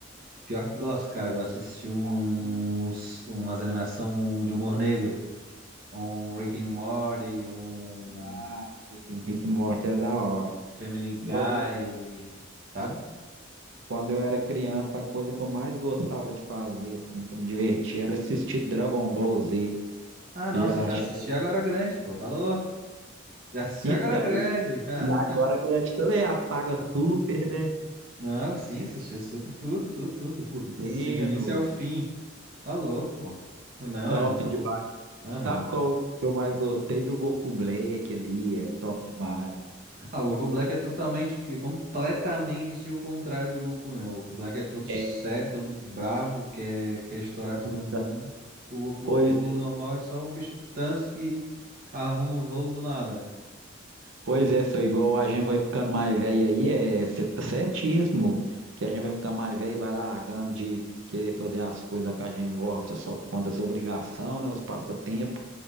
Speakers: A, on the right (about 45°); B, on the right (about 75°).
A: Pior que gosto, cara, gosto de assistir uns,
B: Hum,
A: umas animação de humor negro. Um
B: Ah,
A: Rick and Morty, um
B: ah, sim. Rick e Morty é da hora.
A: Family Guy,
B: Igual
A: sabe?
B: Quando eu era criança, a coisa que eu mais gostava de fazer, assim, pra me divertir, era assistir Dragon Ball Z.
A: Ah,
B: Você
A: nossa,
B: Já
A: eu já
B: chegou.
A: assisti Agora Grande, pô, tá louco? Já assisti
B: Então,
A: Agora Grande.
B: e
A: <laughs>
B: e agora grande também a saga Super, né?
A: Não, sim, assisti super tudo, tudo, tudo.
B: O Veno,
A: Assisti do início ao fim. Tá louco, pô. Não,
B: top
A: é muito
B: demais.
A: bom. Aham.
B: Sabe qual que eu mais gostei do Goku Black ali? É top demais.
A: Ah, o Goku Black é totalmente, é completamente o contrário do Goku, né? O Goku Black é todo sério,
B: É,
A: todo bravo, quer, quer estourar todo
B: então,
A: mundo. O Goku
B: pois é.
A: normal é só um bicho tanso que arruma uns rolos do nada, né?
B: Pois é, só igual a gente vai ficando mais velho aí, é, você tá certíssimo, que a gente vai ficando mais velho e vai largando de querer fazer as coisas que a gente gosta só por conta das obrigações, né, os passatempos,